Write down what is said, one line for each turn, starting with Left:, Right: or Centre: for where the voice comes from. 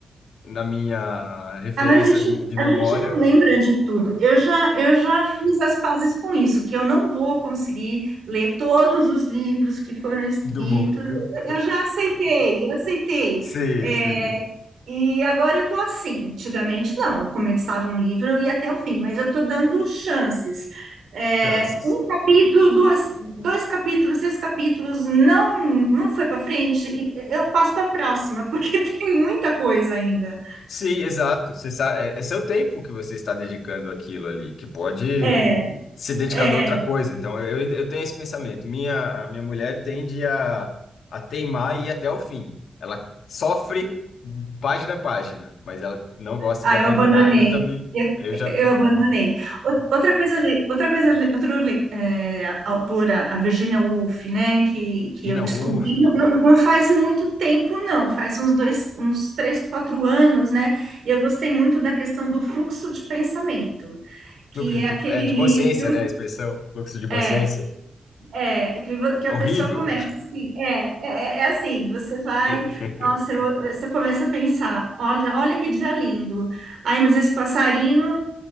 Left: na minha referência
Right: Ah, mas a gente,
Left: de memória
Right: a gente não lembra de tudo. Eu já, eu já fiz as pazes com isso, que eu não vou conseguir ler todos os livros que foram escritos.
Left: do mundo.
Right: Eu já aceitei, eu aceitei.
Left: Sim,
Right: É,
Left: sim.
Right: e agora eu estou assim. Antigamente, não, eu começava um livro, eu ia até o fim, mas eu estou dando chances. É,
Left: chances.
Right: um capítulo, duas, dois capítulos, três capítulos, não, não foi para frente, e eu passo para a próxima, porque <laughs> tem muita coisa ainda.
Left: Sim, exato. Você sabe, é, é seu tempo que você está dedicando àquilo ali, que pode
Right: É.
Left: se dedicar
Right: É,
Left: a outra coisa. Então, eu, ainda- eu tenho esse pensamento. Minha, a minha mulher tende a, a teimar e ir até o fim. Ela sofre página a página, mas ela não gosta
Right: ah,
Left: de abandonar.
Right: eu abandonei.
Left: Eu também,
Right: Eu,
Left: eu já.
Right: eu abandonei. Ou- Outra coisa, le- outra coisa, le- outra le- eh, a- autora, a Virginia Woolf, né, que,
Left: Imagina,
Right: que eu descobri,
Left: uff,
Right: não, não- não faz muito tempo, não, faz uns dois, uns três, quatro anos, né, e eu gostei muito da questão do fluxo de pensamento, que
Left: lucro
Right: é
Left: de,
Right: aquele
Left: é, de
Right: livro
Left: consciência, né? A expressão fluxo de consciência.
Right: é, É, que, vo- que a
Left: Horrível.
Right: pessoa começa assim, é, é, é é assim, você vai,
Left: <laughs>
Right: nossa, eu- você começa a pensar, olha, olha que dia lindo, ai, mas esse passarinho,